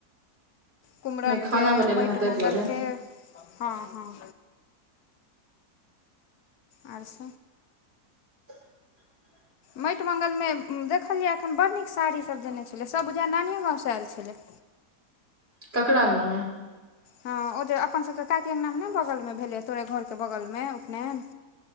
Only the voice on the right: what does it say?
नहि खाना बनेला
हेँ ताहि
दुआरे
<inaudible>
ककड़ांगनामे